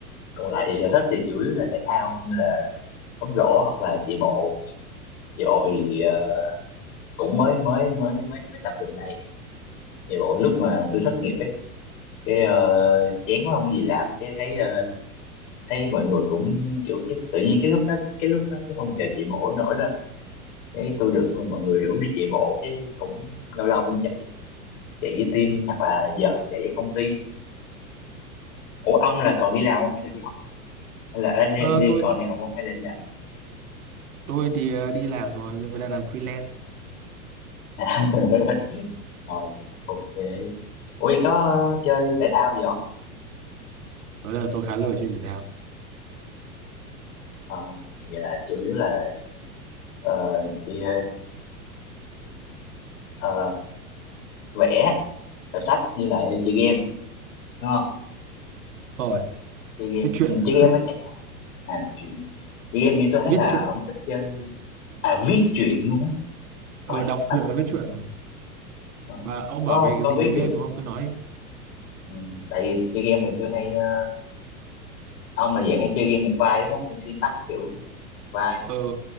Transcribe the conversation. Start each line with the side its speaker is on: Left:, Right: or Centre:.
Left: còn lại thì sở thích thì chủ yếu là thể thao như là bóng rổ hoặc là chạy bộ Về bộ thì ờ, cũng mới mới mới mới mới tập gần đây. Về bộ lúc mà tôi thất nghiệp ấy, cái ờ, chán quá không có gì làm, cái thấy ờ, thấy mọi người cũng kiểu cái tự nhiên cái lúc đó cái lúc đó cái phong trào chạy bộ nổi lên. Cái tôi được mọi người rủ đi chạy bộ, cái cũng lâu lâu cũng chạy chạy với team hoặc là giờ chạy với công ty. Ủa ông là còn đi làm không hay là đi học? Hay là ê, đi,
Right: Ờ,
Left: đi
Right: tôi
Left: còn đi học không hay là đi làm? Rồi,
Right: tôi thì ờ, đi làm rồi nhưng đang làm freelance
Left: <laughs> Rồi ok. Ủa vậy có chơi thể thao gì không?
Right: bây giờ tôi khá lười chơi thể thao
Left: Ờ, vậy là chủ yếu là Ờ, chị ờ, vẽ đọc sách với lại chơi game đúng không
Right: rồi
Left: chơi game
Right: viết truyện
Left: ừ,
Right: ạ.
Left: chơi game á chắc à đọc truyện chơi game như tôi thấy
Right: viết
Left: là
Right: truyện
Left: ông thích chơi à viết truyện luôn á
Right: ờ
Left: ôi
Right: đọc
Left: hấp
Right: truyện và viết
Left: dẫn
Right: truyện
Left: Ờ,
Right: và ông bảo
Left: có
Right: về cái
Left: có
Right: gì
Left: viết
Right: về game
Left: được
Right: đúng không cứ nói đi
Left: ừ, tại vì chơi game thì tôi hay ờ, ông là dạng hay chơi game nhập vai đúng không hay xuyên bắt kiểu nhập vai đúng
Right: ờ
Left: không